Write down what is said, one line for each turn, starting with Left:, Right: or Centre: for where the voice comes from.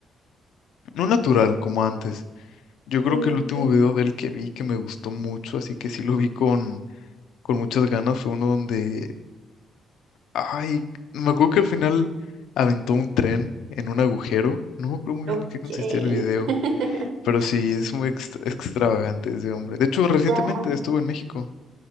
Left: No natural como antes. Yo creo
Right: Mm,
Left: que el último video del que vi que me gustó mucho, así que sí lo vi con, con muchas ganas, fue uno donde, ay, me acuerdo que al final aventó un tren en un agujero. No me acuerdo muy
Right: ok.
Left: bien en qué consistía el video,
Right: <laughs>
Left: pero sí, es muy extra- extravagante ese hombre. De hecho, recientemente
Right: Ya.
Left: estuvo en México.